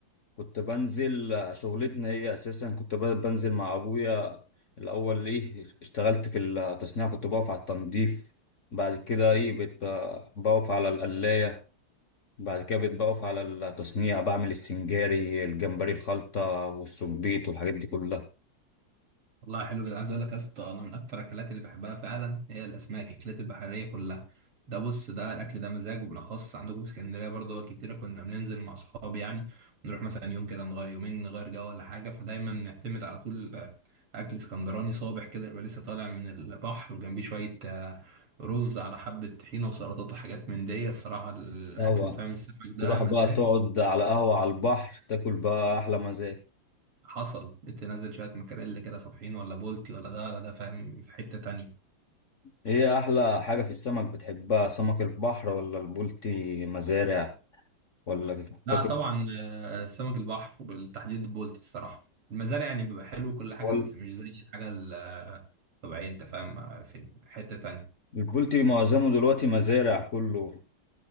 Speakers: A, on the left; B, on the right.
A: كنت بنزل آه، شغلتنا هي اساسا كنت ب- بنزل مع ابويا الاول ايه اشتغلت في التصنيع كنت بقف على التنظيف بعد كده ايه بقيت ب- بقف على القلاية بعد كده بيتبقف على التصنيع بعمل السنجاري الجمبري الخلطة والسبيط والحاجات دي كلها
B: والله حلو جدا عايز اقول لك يا اسطى انا من اكتر الاكلات اللي بحبها فعلا هي الاسماك الاكلات البحريه كلها ده بص ده الاكل ده مزاج وبالاخص عندكم في اسكندريه برضه كتير كنا بننزل مع اصحابي يعني نروح مثلا يوم كده نغير يومين نغير جو ولا حاجه فدايما نعتمد على طول آه، اكل اسكندراني صابح كده يبقى لسه طالع من البحر وجنبيه شويه آه، رز على حبه طحينه وسلطات وحاجات من دي الصراحه الاكل
A: طبعا
B: فاهم السمك ده
A: تروح
B: مزاج
A: بقى تقعد على قهوة على البحر تاكل بقى أحلى مزاج
B: حصل بتنزل شويه مكاريل كده صابحين ولا بولتي ولا ده ولا ده فاهم في حته تانيه
A: إيه أحلى حاجة في السمك بتحبها سمك البحر ولا البولتي مزارع ولا
B: لا
A: تاكل
B: طبعا آه، سمك البحر وبالتحديد البولتي الصراحه المزارع يعني بيبقى حلو وكل حاجه
A: ولا
B: بس مش زي الحاجه ال- آه، الطبيعيه انت فاهم آه، في حته تانية
A: البولتي معظمه دلوقتي مزارع كله